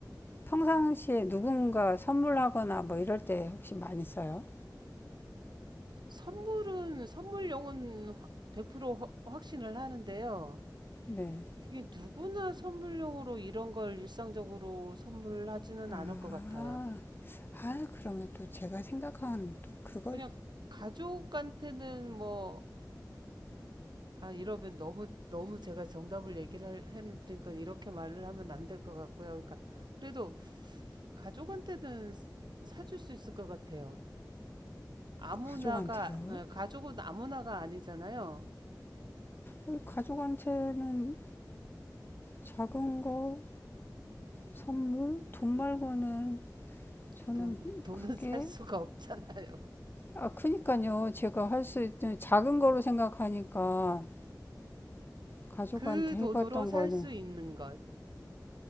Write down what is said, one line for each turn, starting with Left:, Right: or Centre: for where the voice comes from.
Left: 평상시에 누군가 선물하거나 뭐 이럴 때 혹시 많이 써요?
Right: 선물은 선물용은 백100% 확신을 하는데요.
Left: 네.
Right: 이게 누구나 선물용으로 이런 걸 일상적으로 선물하지는
Left: 아,
Right: 않을 것 같아요.
Left: 아, 그러면 또 제가 생각한 또 그거
Right: 그냥 가족한테는 뭐, 아, 이러면 너무, 너무 제가 정답을 얘기를 할- 해드리니까 이렇게 말을 하면 안 될 것 같고요. 그러니까, 그래도 가족한테는 사- 사줄 수 있을 것 같아요. 아무나가,
Left: 가족한테요.
Right: 에, 가족은 아무나가 아니잖아요.
Left: 우리 가족한테는 작은 거, 선물, 돈 말고는 저는
Right: 돈, 돈은
Left: 크게.
Right: <laughs> 살 수가 없잖아요.
Left: 아, 그니까요. 제가 할 수 있는 작은 거로 생각하니까 가족한테
Right: 그 돈으로
Left: 해봤던
Right: 살
Left: 거는.
Right: 수 있는 것.